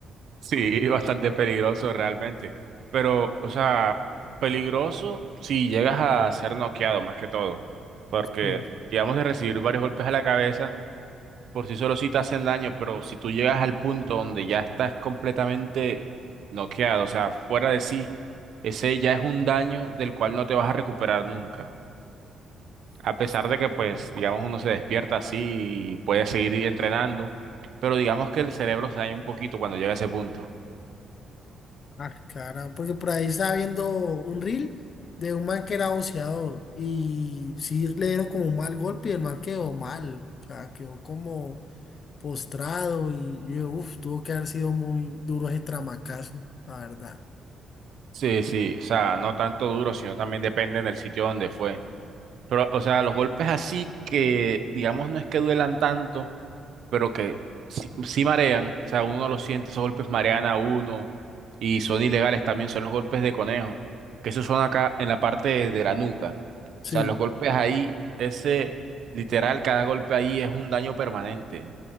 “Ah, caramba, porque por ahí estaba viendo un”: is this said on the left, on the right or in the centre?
Left